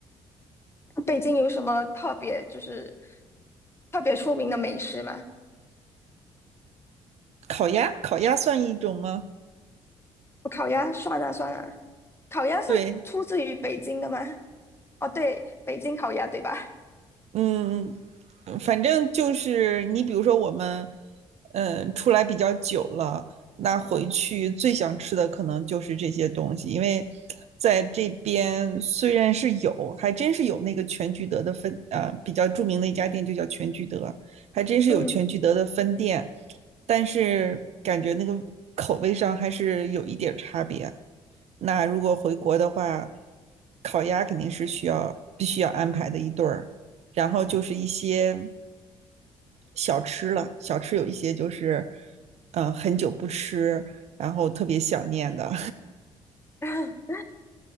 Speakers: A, on the left; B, on the right.
A: 北京有什么特别就是特别出名的美食吗？
B: 烤鸭，烤鸭算一种吗？
A: 我烤鸭算了算了，烤鸭是出自于北京的吗？
B: 对，
A: 哦，对，北京烤鸭对吧？
B: 嗯，嗯反正就是你，比如说我们，嗯，出来比较久了，那回去最想吃的可能就是这些东西，因为在这边虽然是有，还真是有那个全聚德的分，呃，比较著名的一家店就叫全聚德，还真是有全聚德的分店，
A: 嗯。
B: 但是感觉那个口味上还是有一点儿差别。那如果回国的话，烤鸭肯定是需要必须要安排的一对儿。然后就是一些小吃了，小吃有一些就是嗯、呃很久不吃，然后特别想念的，
A: <laughs>